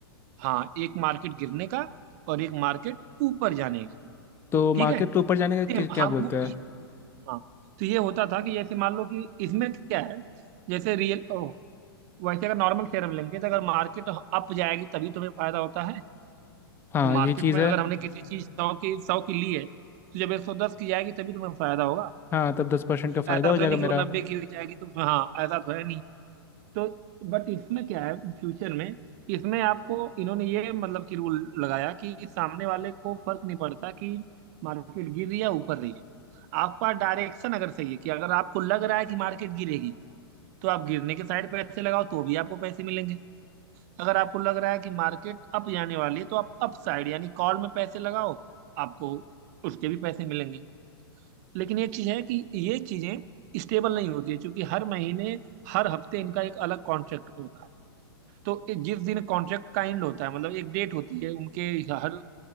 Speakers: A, on the right; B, on the left.
A: हाँ एक मार्केट गिरने का और एक मार्केट ऊपर जाने का
B: तो
A: ठीक
B: मार्केट
A: है
B: ऊपर जाने का
A: सेम
B: क्या क्या
A: हाँ
B: बोलते
A: वो
B: हैं
A: ये- हाँ तो ये होता था कि जैसे मान लो कि इसमें क्या है जैसे रियल वैसे अगर नॉर्मल शेयर हम लेंगे तो अगर मार्केट अप जाएगी तभी तुम्हें फायदा होता है
B: हाँ
A: तो मार्केट
B: ये चीज़
A: में
B: है
A: अगर हमने किसी चीज सौ की सौ की ली है तो जब एक सौ दस की जाएगी तभी तुम्हें फायदा होगा
B: हाँ तब दस परसेंट का फायदा
A: ऐसा
B: हो
A: तो
B: जाएगा
A: है नहीं
B: मेरा
A: कि वो नब्बे की भी जाएगी तो हाँ ऐसा तो है नहीं तो बट इसमें क्या है फ्यूचर में इसमें आपको इन्होंने ये मतलब कि रूल लगाया कि सामने वाले को फर्क नहीं पड़ता कि मार्केट गिर रही है या ऊपर रही है आपका डायरेक्शन अगर सही है कि अगर आपको लग रहा है कि मार्केट गिरेगी तो आप गिरने के साइड पैसे लगाओ तो भी आपको पैसे मिलेंगे अगर आपको लग रहा है कि मार्केट अप जाने वाली है तो आप अप साइड यानी कॉल में पैसे लगाओ आपको उसके भी पैसे मिलेंगे लेकिन एक चीज है कि ये चीजें स्टेबल नहीं होती है क्योंकि हर महीने हर हफ्ते इनका एक अलग कॉन्ट्रैक्ट होता है तो ए- जिस दिन कॉन्ट्रैक्ट का एंड होता है मतलब एक डेट होती है उनके हर